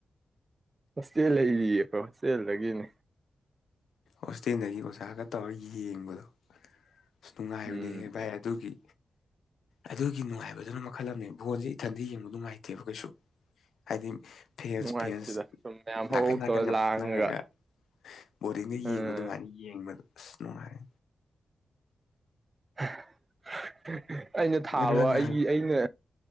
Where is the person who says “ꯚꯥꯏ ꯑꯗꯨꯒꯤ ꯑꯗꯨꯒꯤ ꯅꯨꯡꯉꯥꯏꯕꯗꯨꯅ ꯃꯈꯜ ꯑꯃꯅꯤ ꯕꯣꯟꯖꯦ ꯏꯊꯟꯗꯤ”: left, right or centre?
Left